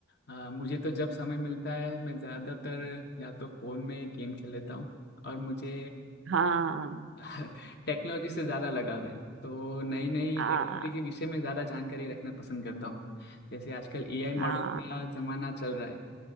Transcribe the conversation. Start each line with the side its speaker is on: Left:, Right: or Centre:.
Left: आ, मुझे तो जब समय मिलता है मैं ज़्यादातर या तो फ़ोन में गेम खेल लेता हूँ और मुझे
Right: हाँ
Left: <laughs> टेक्नोलॉजी से ज़्यादा लगाव है तो नई नई
Right: हाँ
Left: टेक्नोलॉजी के विषय में ज़्यादा जानकारी रखना पसंद करता हूँ जैसे आजकल एआई मॉडल
Right: हाँ
Left: का ज़माना चल रहा है